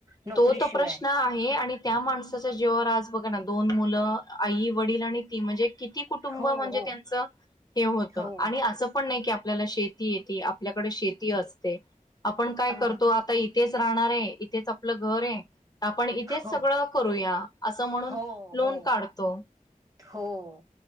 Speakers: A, on the right; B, on the left.
A: नोकरीशिवाय
B: तो तर प्रश्न आहे आणि त्या माणसाच्या जीवावर आज बघा घ दोन मुलं, आई वडील आणि ती म्हणजे, किती कुटुंब
A: हो
B: म्हणजे
A: हो
B: त्यांचं हे होतं,
A: हो
B: आणि असं पण नाही की आप आपल्याला शेती येते, आपल्याकडे शेती असते. आपण काय
A: अ
B: करतो. आता इथेच, राणार आहे. इथेच आपण आपलं घर ये, आपण इथेच
A: हो
B: सगळं करूया. असं म्हणून
A: हो
B: लोन
A: हो
B: काढतो.
A: हो,